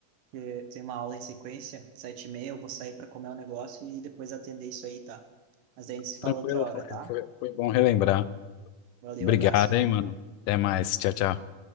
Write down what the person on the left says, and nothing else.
tranquilo,
foi,
foi, foi bom relembrar.
Obrigado,
hein, mano. Até mais. Tchau, tchau.